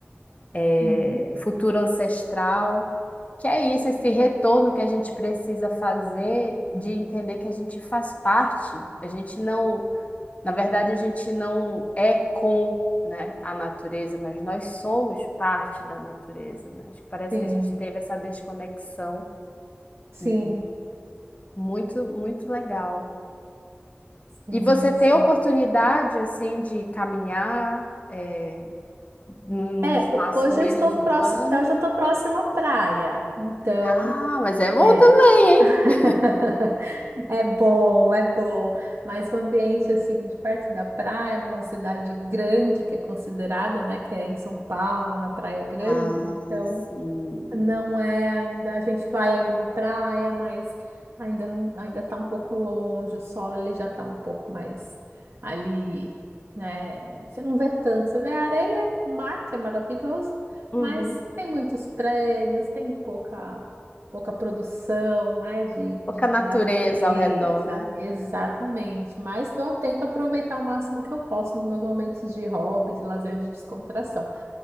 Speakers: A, on the left (about 30°); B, on the right (about 70°).
A: é,
B: Uhum.
A: futuro ancestral, que é isso, esse retorno que a gente precisa fazer de entender que a gente faz parte, a gente não, na verdade, a gente não é com, né, a natureza, mas nós somos parte da natureza, né? Acho que parece
B: Sim,
A: que a gente teve essa desconexão
B: sim,
A: e muito, muito legal.
B: sim,
A: E você tem
B: sim.
A: a oportunidade, assim, de caminhar, é, num num
B: É,
A: espaço
B: ho- hoje
A: menos
B: eu estou
A: urbano?
B: próxima, eu já estou próxima à praia, então
A: Ah, mas é bom
B: é.
A: também,
B: <laughs>
A: hein?
B: É bom, é bom, mas um ambiente assim de perto da praia, numa cidade grande que é considerada, né, que é em São Paulo, na Praia Grande,
A: Ah,
B: então
A: sim.
B: não é ainda, a gente vai ali na praia, mas ainda não, ainda tá um pouco longe, o sol ele já tá um pouco mais ali, né? Você não vê tanto, você vê a areia, o mar, que é maravilhoso,
A: Uhum.
B: mas tem muitos prédios, tem pouca pouca produção, né, de, de-
A: Pouca natureza
B: da natureza,
A: ao redor, né?
B: exatamente. Mas eu tento aproveitar o máximo que eu posso nos meus momentos de hobby, de lazer, de descontração.